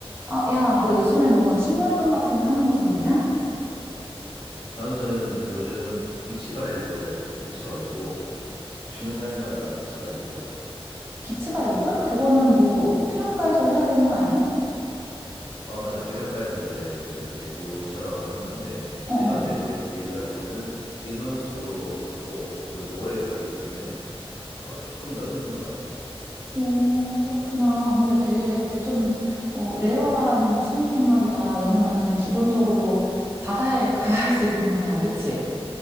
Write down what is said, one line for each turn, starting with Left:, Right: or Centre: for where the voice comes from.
Right: 아, 야, 너 요즘에 뭐 취미 활동 같은 거 하는 거 좀 있냐?
Left: 나는 요즘 비치발리볼에 미쳐가지고 기- 쉬는 날마다 비치발리볼 하고 있어.
Right: 비치발리볼? 그거는 뭐 해변가에서 해야 되는 거 아니야?
Left: 어, 맞아. 해변가에서 이제 그 배구처럼 하는 건데
Right: 어, 어.
Left: 일반 배구에 비해 가지고는 인원수도 작고 그리고 모래에 사기 때문에 어, 조금 더 힘든 것 같아.
Right: 오, 그렇구나. 근데 되게 좀, 어, 레어한 취미 생활이다. 왜냐면은 기본적으로 바다에 <laughs> 가야 할 수 있는 거잖아. 그치?